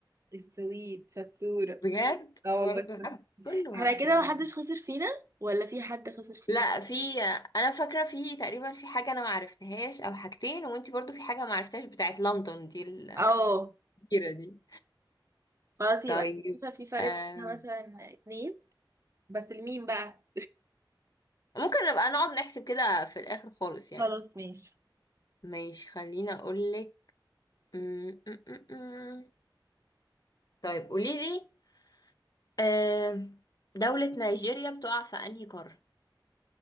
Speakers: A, on the right; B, on the left.
A: السويد شطورة
B: بجد
A: اه
B: برضه
A: والله
B: حد كله
A: احنا
B: هبد
A: كده
B: والله
A: محدش خسر فينا ولا في حد خسر فينا
B: لا في انا فاكره في تقريبا في حاجه انا ما عرفتهاش او حاجتين وانتي برضو في حاجه ما عرفتهاش بتاعت لندن دي ال...
A: اه
B: كتيرة دي
A: خلاص يبقى
B: طيب
A: مثلا في فرق
B: آه.
A: بينا مثلا اتنين بس لمين بقى
B: ممكن نبقى نقعد نحسب كده في الآخر خالص
A: <laughs>
B: يعني
A: خلاص ماشي
B: ماشي خليني أقولك م- م- م- م. طيب قوليلي آه. دولة نيجيريا بتقع في أنهي قارة؟